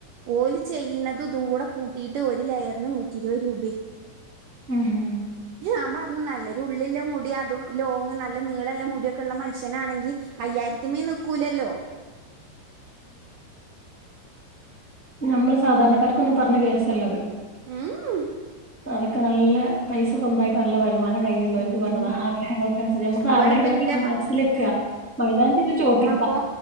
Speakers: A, on the right; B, in the centre.
A: ഓൽ ചെയ്യുന്നതും ഇതും കൂടെ കൂട്ടിയിട്ട് ഒരു ലെയറിന് നൂറ്റി ഇരുപത് രൂപ
B: ഉം
A: ഞാൻ പറഞ്ഞ് നല്ലൊരു ഉള്ളില്ല മൂടി അതും ലോങ്ങ് നല്ല നീളല്ല മുടിയൊക്കെ ഉള്ള മനുഷ്യനാണെങ്കി അയ്യായിരത്തിമേൽ നിക്കൂലല്ലോ.
B: ഞമ്മള് സാധാരണക്കാർകൊന്നും പറഞ്ഞ കേസല്ലത്
A: ഉം
B: അതൊക്കെ നല്ല പൈസ സ്വന്തമായിട്ട് നല്ല വരുമാനം കയ്യിലുള്ളവർക്ക്
A: ഉം
B: പറഞ്ഞത ആഗ്രഹങ്ങൾക്കനുസരിച്ച് നമുക്ക്
A: ഇവിടെപ്പ
B: ആഗ്രഹങ്ങ
A: ഇന്റെ
B: മനസ്സിലെക്കുക മൈലാഞ്ചിട്ട് ചോപ്പിക്കാ
A: അപ്പോ